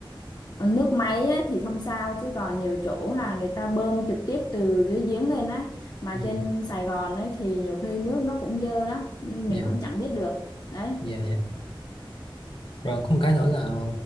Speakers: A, on the left; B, on the left.
A: nước máy ấy, thì không sao chứ còn nhiều chỗ là người ta bơm trực tiếp từ dưới giếng lên á mà
B: ừ.
A: trên Sài Gòn ấy thì nhiều khi nước nó cũng dơ lắm mình
B: dạ
A: cũng chẳng biết được đấy
B: dạ dạ Rồi có một cái nữa là